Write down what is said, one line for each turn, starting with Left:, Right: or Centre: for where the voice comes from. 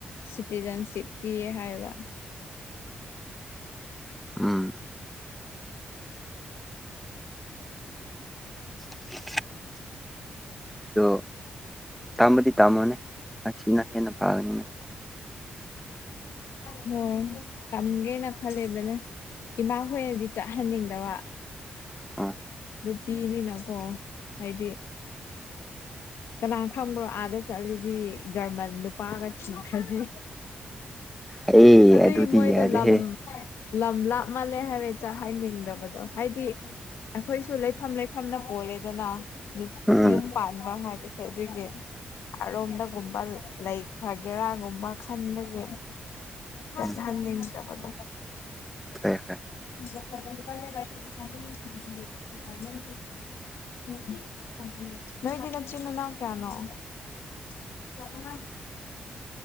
Left: ꯁꯤꯇꯤꯖꯟꯁꯤꯞ ꯄꯤꯌꯦ ꯍꯥꯏꯕ
Centre: ꯎꯝ <inaudible> ꯗꯣ ꯇꯥꯝꯕꯗꯤ ꯇꯥꯝꯃꯣꯅꯦ ꯑꯁꯤꯅ ꯍꯦꯟꯅ ꯐꯥꯒꯅꯤꯅ
Left: ꯍꯣꯏ ꯇꯝꯒꯦꯅ ꯈꯜꯂꯤꯕꯅꯦ ꯏꯃꯥ ꯍ‌ꯣꯏꯅꯗꯤ ꯆꯠꯍꯟꯅꯤꯡꯗꯕ
Centre: ꯑꯥ
Left: ꯅꯨꯄꯤꯅꯤꯅꯀꯣ ꯍꯥꯏꯗꯤ ꯀꯅꯥꯟ ꯈꯪꯕ꯭ꯔꯣ ꯑꯥꯗ ꯆꯠꯂꯗꯤ ꯖꯔꯃꯟ ꯅꯨꯄꯥꯒ ꯊꯤꯈ꯭ꯔꯗꯤ
Centre: ꯑꯦ
Left: ꯑꯗꯨꯏ
Centre: ꯑꯗꯨꯗꯤ
Left: ꯃꯣꯏꯗꯣ
Centre: ꯌꯥꯗꯦꯍꯦ
Left: ꯂꯝ ꯂꯝ ꯂꯥꯞꯃꯜꯂꯦ ꯍꯥꯏꯕꯩ ꯆꯠꯍꯥꯅꯤꯡꯗꯕꯗꯣ ꯍꯥꯏꯗꯤ ꯑꯈꯣꯏꯁꯨ ꯂꯩꯐꯝ ꯂꯩ ꯐꯝꯅ ꯄꯣꯜꯂꯦꯗꯅ ꯅꯨꯞ
Centre: ꯎꯝ
Left: ꯌꯨꯝ ꯄꯥꯟꯕ ꯍꯥꯏꯕꯁ ꯁ‌ꯦ ꯑꯗꯨꯒꯤ ꯑꯔꯣꯝꯗꯒꯨꯝꯕ ꯂꯩꯈ꯭ꯔꯒꯦꯔꯥꯒꯨꯝꯕ ꯈꯟꯕꯒꯤ ꯆꯠꯍꯟꯅꯤꯡꯗꯕꯗꯣ
Centre: ꯎꯝ ꯐꯩꯌ‌ꯦ ꯐꯩ
Left: <unintelligible> <unintelligible> ꯅꯣꯢꯗꯤ ꯅꯆꯤꯟ ꯅꯅꯥꯎ ꯀꯌꯥꯅꯣ <unintelligible>